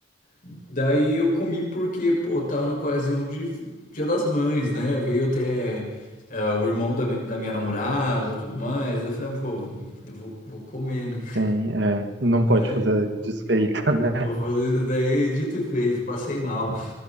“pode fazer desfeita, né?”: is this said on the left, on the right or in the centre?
Right